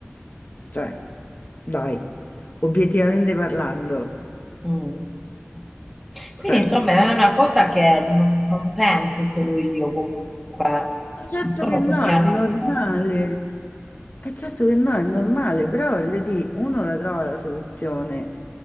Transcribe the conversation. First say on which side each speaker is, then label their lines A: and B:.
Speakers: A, on the left; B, in the centre.
A: Cioè, dai, obiettivamente parlando,
B: Mm. Quindi
A: cioè...
B: insomma è una cosa che non, non penso solo io comunque,
A: Certo
B: non sono
A: che no,
B: così anomala,
A: è normale. È certo che no, è normale, però voglio dire, uno la trova la soluzione,